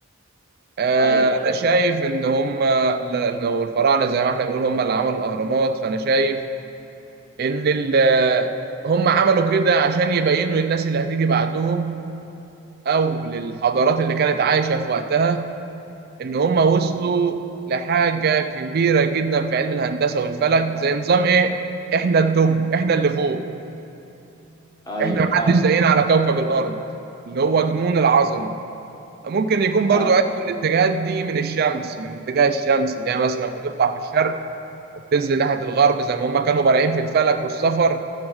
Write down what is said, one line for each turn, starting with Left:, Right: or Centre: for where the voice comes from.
Right: آه،
Left: ايوه
Right: انا شايف ان هم ل- لو الفراعنه زي ما احنا بنقول هم اللي عملوا الاهرامات فانا شايف ان ال- هم عملوا كده عشان يبينوا للناس اللي هتيجي بعدهم او للحضارات اللي كانت عايشه في وقتها ان هم وصلوا لحاجه كبيره جدا في علم الهندسه والفلك زي نظام ايه احنا التوب احنا اللي فوق
Left: ايوه
Right: احنا محدش
Left: فعلا
Right: زينا على كوكب الارض اللي هو جنون العظمه ممكن يكون
Left: فعلا
Right: برضو عرفوا الاتجاهات دي من الشمس من اتجاه الشمس اللي هي مثلا بتطلع في الشرق وبتنزل ناحيه الغرب زي ما هم كانوا بارعين في الفلك والسفر